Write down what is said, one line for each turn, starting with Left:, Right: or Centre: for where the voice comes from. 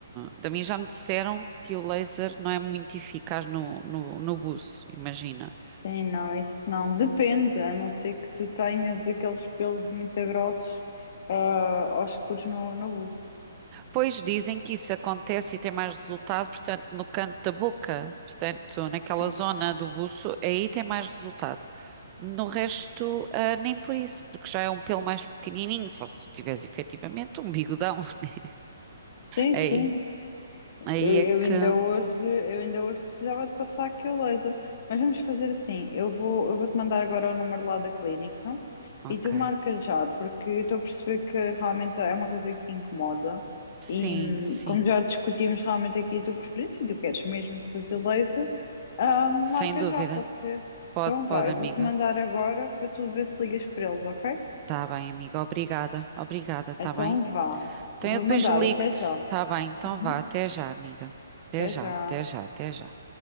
Right: da mim já me disseram que o laser não é muito eficaz no, no, no buço, imagina.
Left: Sim, não, isso não. Depende, a não ser que tu tenhas aqueles pelos muito grossos ah, aos escuros no, no buço.
Right: Pois dizem que isso acontece e tem mais resultado, portanto, no canto da boca, portanto, naquela
Left: Sim,
Right: zona do buço, aí tem mais resultado. No resto, ah, nem por isso, porque já é um pelo mais pequenininho, só se tiveres efetivamente um bigodão. <laughs>
Left: sim,
Right: Aí,
Left: sim. Eu,
Right: aí é
Left: eu
Right: que.
Left: ainda hoje, eu ainda hoje precisava de passar aquele laser. Mas vamos fazer assim, eu vou, eu vou-te mandar agora o número lá da clínica
Right: Ok.
Left: e tu marcas já, porque eu estou a perceber que realmente é uma coisa que te incomoda
Right: Sim,
Left: e hum,
Right: sim,
Left: como já discutimos realmente aqui a tua preferência e tu queres mesmo fazer laser, ah, marca
Right: sem dúvida.
Left: já, pode ser.
Right: Pode,
Left: Então
Right: pode,
Left: vá, eu
Right: amiga.
Left: vou-te mandar agora para tu ver se ligas para eles, ok?
Right: Tá bem, amiga. Obrigada. Obrigada, tá
Left: Então
Right: bem?
Left: vá,
Right: Então
Left: vou
Right: eu depois
Left: mandar,
Right: ligo-te.
Left: até já.
Right: Tá bem, então
Left: Uhum,
Right: vá. Até já, amiga. Até
Left: até
Right: já,
Left: já.
Right: até já, até já.